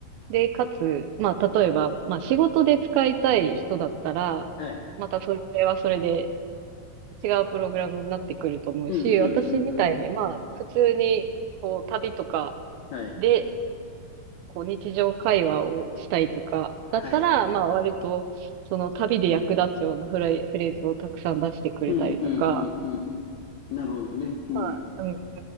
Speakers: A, on the right; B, on the left.
A: で、かつ、まあ例えば、まあ仕事で使いたい人だったら、
B: はい。
A: またそれはそれで違うプログラムになってくると思うし、
B: うん、うん、
A: 私みたいに、
B: うん、うん、うん。
A: まあ普通に、
B: うん
A: こう旅とか
B: はい。
A: で、こう日常会話をしたいとか、
B: はい。
A: だったら、まあ割と、その旅で役立つようなフレ、フレーズをたくさん出してくれたりとか、
B: うん、うん、うん、うん、うん。なるほどね。うん。
A: まあ、うん、